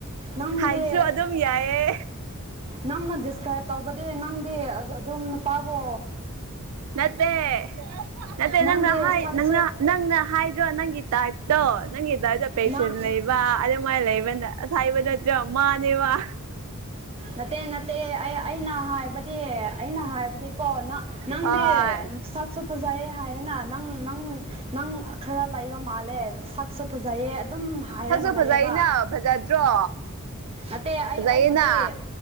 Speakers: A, on the right; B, on the right.
A: ꯅꯪꯗꯤ
B: ꯍꯥꯏꯠꯁꯨ ꯑꯗꯨꯝ ꯌꯥꯏꯌꯦ
A: ꯅꯪꯅ ꯗꯤꯁꯀ꯭ꯔꯥꯏꯞ ꯇꯧꯕꯗꯤ ꯅꯪꯗꯤ ꯑꯗꯨꯝ ꯅꯨꯄꯥꯕꯣ
B: ꯅꯠꯇꯦ ꯅꯠꯇꯦ
A: ꯅꯪꯗꯤ
B: ꯅꯪꯅ ꯍꯥꯏ
A: ꯁꯛꯁꯨ
B: ꯅꯪꯅ ꯅꯪꯅ ꯍꯥꯏꯗ꯭ꯔꯣ ꯅꯪꯒꯤ ꯇꯥꯏꯞꯇꯣ ꯅꯪꯒꯤ ꯇꯥꯏꯞꯇ ꯄꯦꯁꯟ
A: ꯅꯪ
B: ꯂꯩꯕ ꯑꯗꯨꯃꯥꯏꯅ ꯂꯩꯕꯅ ꯑꯁ ꯍꯥꯏꯕꯗ ꯃꯅꯦꯕ
A: ꯅꯠꯇꯦ ꯅꯠꯇꯦ ꯑꯩ ꯑꯩꯅ ꯍꯥꯏꯕꯗꯤ ꯑꯩꯅ ꯍꯥꯏꯕꯗꯤꯀꯣ ꯅꯪ ꯅꯪꯗꯤ
B: ꯍꯣꯏ
A: ꯁꯛꯁꯨ ꯐꯖꯩꯌꯦ ꯍꯥꯏꯌꯦꯅ ꯅꯪ ꯅꯪ ꯅꯪ ꯈꯔ ꯂꯩꯕ ꯃꯥꯜꯂꯦ ꯁꯛꯁꯨ ꯐꯖꯩꯌꯦ ꯑꯗꯨꯝ ꯍꯥꯏꯔꯒ
B: ꯁꯛꯁꯨ ꯐꯖꯩꯅ
A: ꯂꯩꯌꯦꯕ
B: ꯐꯖꯗ꯭ꯔꯣ
A: ꯅꯠꯇꯦ ꯑꯩ
B: ꯐꯖꯩꯌꯦꯅ
A: ꯑꯩꯕꯨꯗꯤ